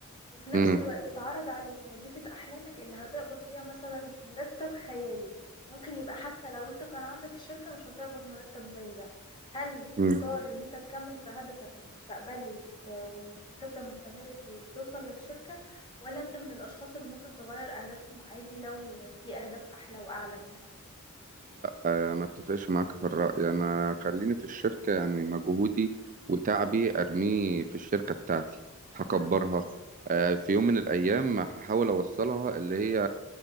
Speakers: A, on the left (about 20°); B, on the right (about 35°).
A: وفي نفس
B: مم.
A: الوقت اتعرض عليك وظيفة احلامك اللي هتقبض فيها مثلا مرتب خيالي ممكن يبقى حتى لو انت كان عندك الشركة مش هتقبض مرتب زي ده هل تختار
B: أك-
A: ان انت تكمل في هدفك المستقبلي وت... وتفضل مستمر فيه وتوصل للشركة ولا انت من الاشخاص اللي ممكن تغير اهدافهم عادي لو في اهداف احلى واعلى منها
B: آه، ما اتفقش معاك في الرأي انا خليني في الشركة يعني مجهودي وتعبي ارميه في الشركة بتاعتي هكبرها
A: امم
B: آه، في يوم من الايام هحاول اوصلها اللي هي